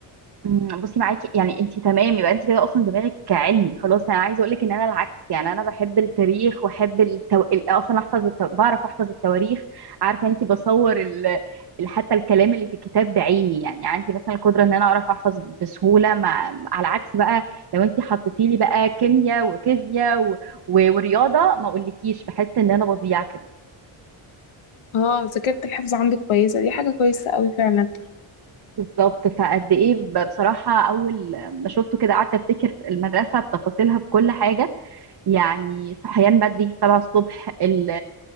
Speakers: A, on the right; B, on the left.
A: أمم، بصي معاكي يعني انت تمام يبقى انت كده اصلا دماغك علمي خلاص انا عايزه اقول لك ان انا العكس يعني انا بحب التاريخ واحب التو... ال- اصلا احفظ التو... بعرف احفظ التواريخ عارفه انت بصور ال... ال- حتى الكلام اللي في الكتاب بعيني يعني عندي مثلا القدره ان انا اعرف احفظ بسهوله مع... على عكس بقى لو انت حطيتي لي بقى كيمياء وفيزياء و... و... ورياضه ما اقولكيش بحس ان انا بضيع كده
B: اه ذاكره الحفظ عندك كويسه دي حاجه كويسه قوي فعلا
A: بالظبط فقد ايه ب- بصراحه اول ما شفته كده قعدت افتكر المدرسه بتفاصيلها بكل حاجه يعني صحيان بدري سبعة الصبح ال-